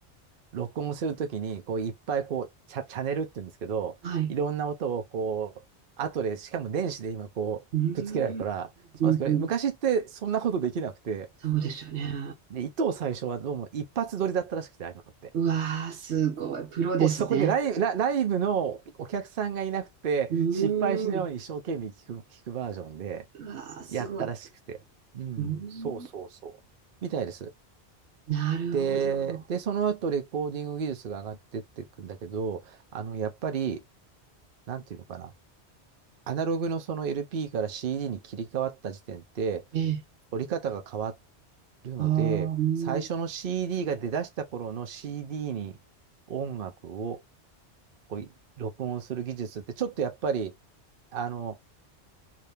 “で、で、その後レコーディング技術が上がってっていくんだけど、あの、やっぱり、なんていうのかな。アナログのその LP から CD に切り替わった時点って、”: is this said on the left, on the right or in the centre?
Right